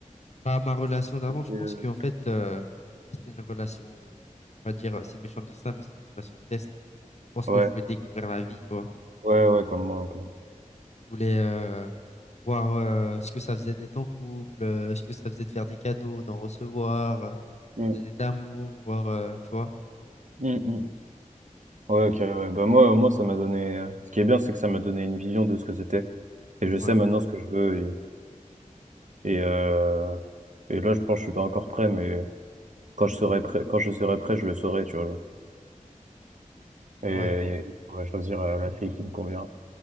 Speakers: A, on the left; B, on the right.
A: Bah, ma relation d'avant, je
B: Euh,
A: pense qu'en fait, euh, c'était une relation, on va dire, euh, c'est méchant de ça, mais c'était une relation test. Je pense
B: Ouais,
A: que je voulais découvrir la vie, tu vois.
B: ouais, ouais, comme moi un peu.
A: Je voulais euh, voir euh, ce que ça faisait d'être en couple, euh, ce que ça faisait de faire des cadeaux, d'en recevoir, euh,
B: ouais.
A: de donner de l'amour, voir, euh, tu vois.
B: Mm, mm. Ouais,
A: Et,
B: ok, ouais. Bah moi, au moins, ça m'a donné. euh, Ce qui est bien, c'est que ça m'a donné une vision de ce que c'était. Et je
A: ouais,
B: sais maintenant ce que je veux. Et, et, euh, et là, je pense que je suis pas encore prêt, mais quand je serai prêt, quand je serai prêt, je le saurai, tu vois. genre. Et,
A: ouais.
B: et je pourrai choisir euh, la fille qui me convient,